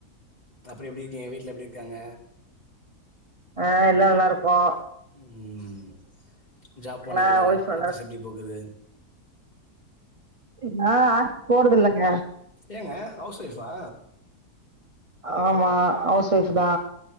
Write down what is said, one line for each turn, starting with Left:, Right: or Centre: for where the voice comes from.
Left: அப்புற எப்டி இருக்கீங்க வீட்ல எப்டி இருக்காங்க
Right: ஆ எல்லா நல்லாருக்குகோ
Left: ம் ஜாப் போனிங்ளா
Right: ஆ ஒய்ஃப் நல்லா
Left: ஆஃபீஸ் எப்டி போகுது
Right: நா ஆபீஸ் போறதில்லங்க
Left: ஏங்க ஹவுஸ் ஒய்ஃபா
Right: ஆமா ஹவுஸ்வைஃப்தா